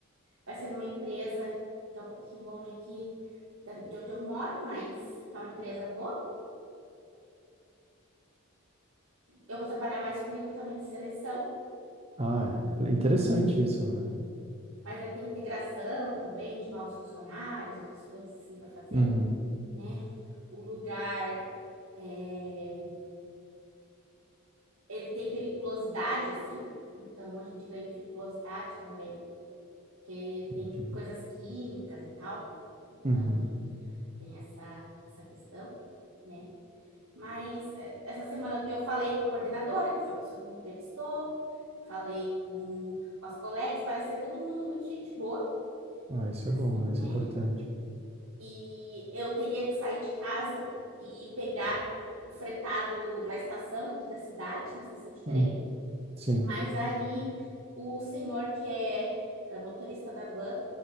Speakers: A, on the right (about 70°); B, on the right (about 30°).
A: vai ser numa empresa que é um pouquinho longe aqui de onde eu moro, mas é uma empresa boa. Eu vou trabalhar mais com recrutamento e seleção,
B: Ah, é interessante isso, né?
A: mas vai ter integração também de novos funcionários, outras coisas assim para fazer,
B: Uhum.
A: né? O lugar, é, ele tem periculosidade, assim, então a gente ganha periculosidade também. E
B: Entendi.
A: tem coisas químicas e tal, então
B: Uhum.
A: tem essa, essa questão, né? Mas é, essa semana eu falei com a coordenadora, que foi a pessoa que me entrevistou, falei com, com as colegas, parece ser todo mundo muito gente boa,
B: Ah, isso
A: assim,
B: é bom, né? Isso
A: né?
B: é importante.
A: E eu teria que sair de casa e pegar o fretado na estação aqui da cidade, na estação de trem,
B: Hum, sim.
A: mas aí o senhor que é é, motorista da van